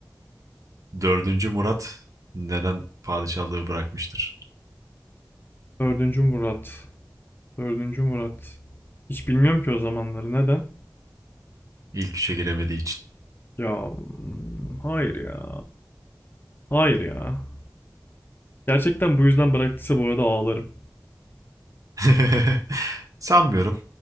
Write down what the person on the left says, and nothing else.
Dördüncü Murat. Dördüncü Murat. Hiç bilmiyorum ki o zamanları. Neden?
Ya hmm, hayır ya. Hayır ya. Gerçekten bu yüzden bıraktıysa bu arada ağlarım.